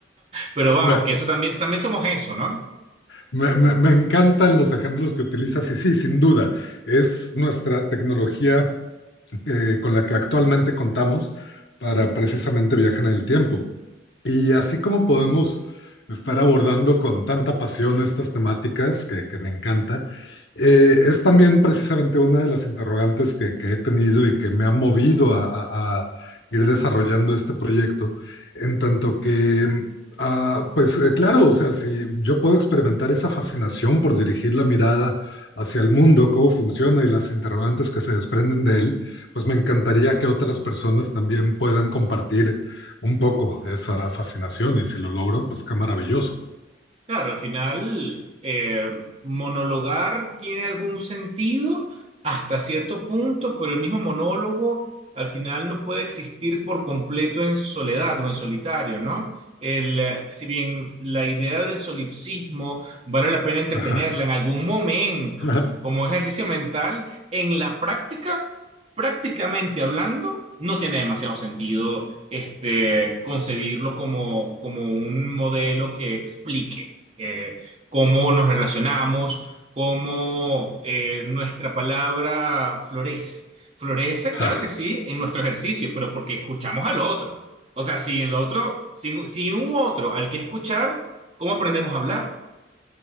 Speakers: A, on the right; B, on the left.
A: Pero vamos,
B: Me,
A: que eso también, también somos eso, ¿no?
B: Me, me- me encantan los ejemplos que utilizas y sí, sin duda, es nuestra tecnología eh, con la que actualmente contamos para precisamente viajar en el tiempo. Y así como podemos estar abordando con tanta pasión estas temáticas que, que me encanta, eh, es también precisamente una de las interrogantes que, que he tenido y que me ha movido a, a- a ir desarrollando este proyecto, en tanto que, mm, ah, pues eh, claro, o sea, si yo puedo experimentar esa fascinación por dirigir la mirada hacia el mundo, cómo funciona y las interrogantes que se desprenden de él, pues me encantaría que otras personas también puedan compartir un poco esa fascinación y si lo logro, pues qué maravilloso.
A: Claro, al final, eh, monologar tiene algún sentido hasta cierto punto, pero el mismo monólogo al final no puede existir por completo en soledad o en solitario, ¿no? El, eh, si bien la idea del solipsismo vale la pena entretenerla
B: Ajá,
A: en algún momento
B: ajá,
A: como ejercicio mental, en la práctica, prácticamente hablando, no tiene demasiado sentido este, concebirlo como, como un modelo que explique eh, cómo nos relacionamos, cómo eh, nuestra palabra florece. Florece,
B: ajá.
A: claro que sí, en nuestro ejercicio, pero porque escuchamos al otro. O sea, si el otro, si, si un otro al que escuchar, ¿cómo aprendemos a hablar?